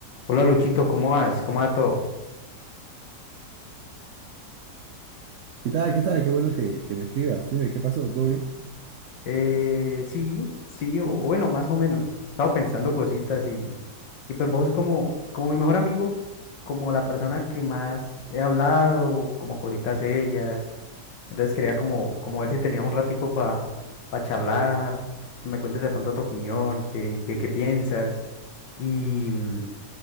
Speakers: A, on the left (about 80°); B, on the right (about 75°).
A: Hola Luchito, ¿cómo vas? ¿Cómo va todo?
B: ¿Qué tal? ¿Qué tal? Qué bueno que, que me escribas. Dime, ¿qué pasó? ¿Todo bien?
A: Eh, sí, sí, o bueno, más o menos. He estado pensando cositas y, y pues vos como, como mi mejor amigo, como la persona que más he hablado, como cositas serias. Entonces quería como, como ver si tenías un ratico para charlar, que me cuentes de pronto tu opinión, qué, qué, qué piensas y, mm,